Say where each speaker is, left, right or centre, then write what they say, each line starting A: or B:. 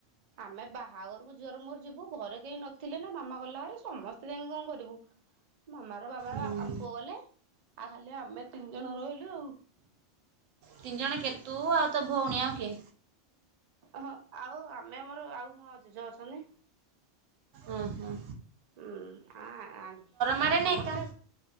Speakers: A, on the right; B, on the right.
A: ଆମେ ବାହାଘରକୁ ଝିଅର ମୋର ଯିବୁ। ଘରେ କେହି ନଥିଲେ ନା ମାମା ଗଲା ହରି, ସମସ୍ତେ ଯାଇକି କଣ କରିବୁ? ମାମାର ବାବା
B: ହୁଁ
A: ଆମ ପୁଅ ଗଲେ ଆଉ ଖାଲି ଆମେ ତିନି ଜଣ ରହିଲୁ ଆଉ।
B: ତିନି ଜଣ କେତୁ ଆଉ ତୁ ଆଉ ତୋ ଭଉଣୀ ଆଉ କିଏ?
A: ହଁ ଆଉ ଆମେ ଆମର ଆଉ ମୋ ଜେଜ ଅଛନ୍ତି।
B: ଓ ହୋ।
A: ହୁଁ ଆ ଆ
B: ମାଡ଼େନି
A: ଆଉ ସମସ୍ତେ
B: ଏକା